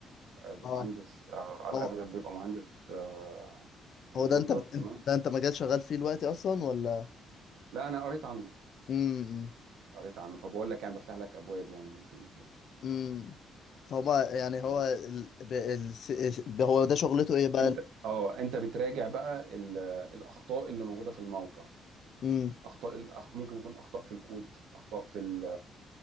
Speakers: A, on the right; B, on the left.
A: بيبقى
B: اه
A: مهندس آه، على
B: هو
A: الاغلب بيبقى مهندس آه، كمبيوتر
B: هو ده انت
A: تمام
B: ده انت مجال شغال فيه دلوقتي اصلا ولا
A: لا انا قريت عنه
B: امم
A: قريت عنه فبقول لك يعني بفتح لك ابواب يعني ممكن تشتغل
B: امم
A: فيها
B: فهو يعني
A: تمام
B: هو ال... ب... ال... س- س- هو ده شغلته ايه بقى
A: انت اه انت بتراجع بقى ال- الاخطاء اللي موجوده في الموقع
B: امم
A: اخطاء الأخ... ممكن يكون اخطاء في الكود اخطاء في ال...